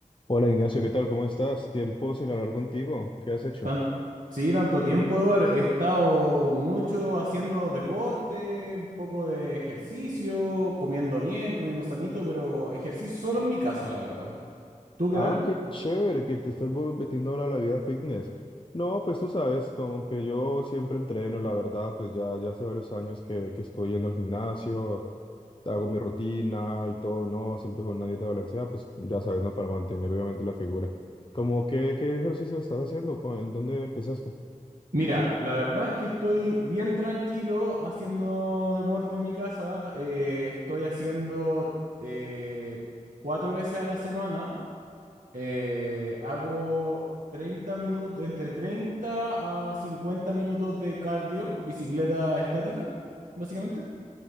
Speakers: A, on the left (about 40°); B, on the right (about 80°).
A: Hola Ignacio, ¿qué tal? ¿Cómo estás? Tiempo sin hablar contigo. ¿Qué has hecho?
B: Tan- sí, tanto tiempo, Eduardo. He estado mucho haciendo deporte, un poco de ejercicio, comiendo bien, comiendo sanito, pero ejercicio solo en mi casa, la verdad. ¿Tú qué
A: Ah,
B: tal?
A: qué chévere que te estás mo- metiendo ahora a la vida fitness. No, pues tú sabes, como que yo siempre entreno, la verdad, pues ya, ya hace varios años que, que estoy yendo al gimnasio, hago mi rutina y todo, no, siempre con una dieta balanceada, pues ya sabes, ¿no? Para mantener obviamente la figura. Como que, qué ejercicio estás haciendo? ¿Cu- ¿En dónde empezaste?
B: Mira, la verdad es que estoy bien tranquilo haciendo deporte en mi casa. Eh, estoy haciendo eh, cuatro veces a la semana. Eh, hago 30 minutos, entre 30 a 50 minutos de cardio, bicicleta estática, básicamente.